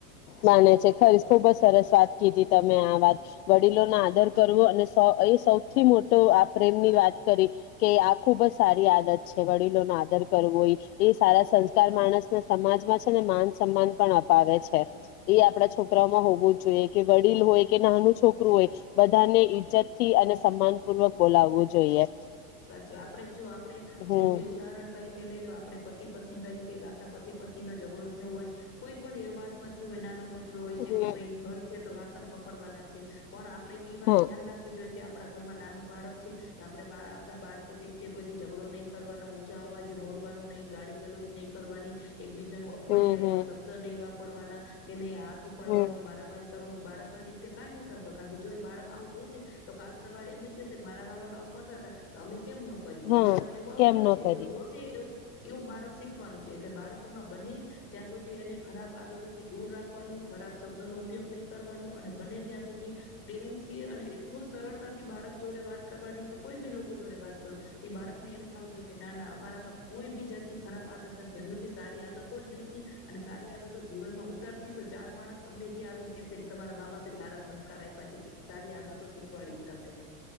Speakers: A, on the left; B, on the left.
A: માને છે ખરી ખુબજ સરસ વાત કીધી તમે આ વાત વડીલો નો આદર કરવો અને સો એ સૌથી મોટો આ પ્રેમ ની વાત કરી કે આ ખુબ જ સારી આદત છે વડીલોનો આદર કરવો એ એ સારા સંસ્કાર માણસને સમાજમાં છે ને માન સન્માન પણ અપાવે છે એ આપડા છોકરાઓમાં હોવું જ જોઇ કે વડીલ
B: ઓ
A: હોય કે નાનું છોકરું હોય બધાને ઈજ્જત થી અને સન્માન પૂર્વક બોલાવવું જોઈએ.
B: સાચું આપડે જો આપડણે
A: હમ
B: જેમ કે ઉદાહરણ તરીકે લઈ લો આપડે પતિ પત્ની તરીકે આપણા પતિ પત્ની નો ઝઘડો હોય કોઈ પણ એ વાત માથી હોય નાનું મોટું હોય
A: હ
B: છે કે ભાઈ ઘર છે તો વાસણ ખખડવાના છે પણ આપડે ઈ વાત
A: હમ
B: ધ્યાન રાખવી જોઈએ કે આપડા ઘરમાં નાનું બાળક છે તો આપડે બા- આપના બાળકો દેખતે કોઈ દી ઝઘડો નહીં કરવાનો ઊંચા અવાજે બોલવાનું નહીં ગાડી ગલોજ નહીં કરવાની. એકબીજાનું અપમાન
A: હમ હમ
B: થાય એવા શબ્દ નહીં વા કરવાના કે ન આ ઉપાડવાનું
A: હમ
B: મારા મારી કરતું બાળક એમના દેખતા કાંઈ નહીં કરવાનું કારણ કે જો એ બાળક આવું જોશે તો કાલ સવારે એમ જ થશે મારા બા બાપ આવું કરતા હતા. તમે કેમ ન કર્યું
A: હા
B: અમારામાં એવું આવવાનું
A: કેમ ન
B: જ છે.
A: કરીએ
B: જેવ જોશે એવું એવું બાળક શીખવાનું છે એટલે બાળક બને ત્યાં સુધી એને ખરાબ આદતોથી દૂર રાખવાનું ખરાબ શબ્દોનો ઉપયોગ નહીં કરવાનો અને બને ત્યાં પ્રેમથી અને એટલું સરળતાથી બાળક જોડે વાત કરવાની કે કોઈ બી લોકો જોડે વાત કર એ બાળકને એમ થાવજો કે ના ના અમારામાં કોઈ બી જાતની ખરાબ આદત નથી અમે બી સારી આદતો લેસી અને સારી આદતો જીવનમાં ઉતારશી તો ચાર માણસ અમને બી આવીને કેશે કે તમારા મા બાપે સારા સંસ્કાર આપ્યા છે સારી આદતો શીખવાડીશ તમને.